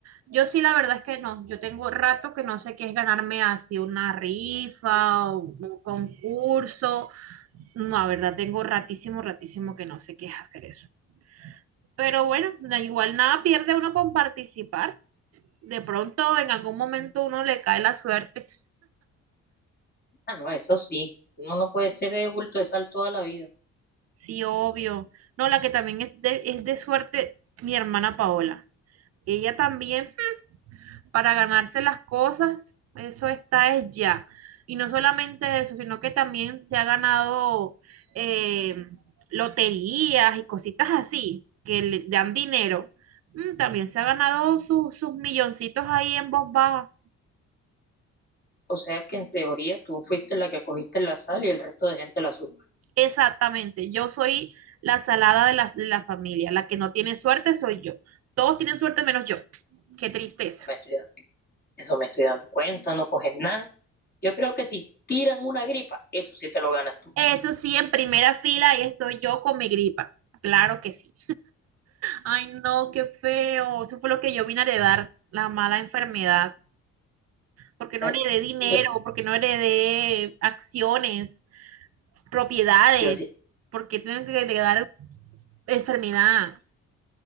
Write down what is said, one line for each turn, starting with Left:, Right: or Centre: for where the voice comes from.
Right: yo sí la verdad es que no. Yo tengo rato que no sé qué es ganarme así una rifa o un concurso. No, la verdad tengo ratísimo, ratísimo que no sé qué es hacer eso. Pero bueno, da igual nada pierde uno con participar. De pronto en algún momento uno le cae la suerte.
Left: Ah, no, eso sí, uno no puede ser de bulto de sal toda la vida.
Right: Sí, obvio. No, la que también es de, es de suerte, mi hermana Paola. Ella también para ganarse las cosas, eso está es ya. Y no solamente eso, sino que también se ha ganado eh, loterías y cositas así, que le dan dinero. Mm, también se ha ganado su- sus milloncitos ahí en voz baja.
Left: O sea que en teoría tú fuiste la que cogiste la sal y el resto de gente la azúcar.
Right: Exactamente, yo soy la salada de la, de la familia, la que no tiene suerte soy yo. Todos tienen suerte menos yo. Qué tristeza.
Left: Eso me estoy, da- eso me estoy dando cuenta, no coges nada. Yo creo que si tiran una gripa, eso sí te lo ganas tú.
Right: Eso sí, en primera fila ahí estoy yo con mi gripa. Claro que sí. Ay, no, qué feo. Eso fue lo que yo vine a heredar, la mala enfermedad. Porque
Left: Dale.
Right: no heredé dinero,
Left: Pero
Right: porque no heredé acciones, propiedades.
Left: yo, sí-
Right: Porque tienes que heredar enfermedad.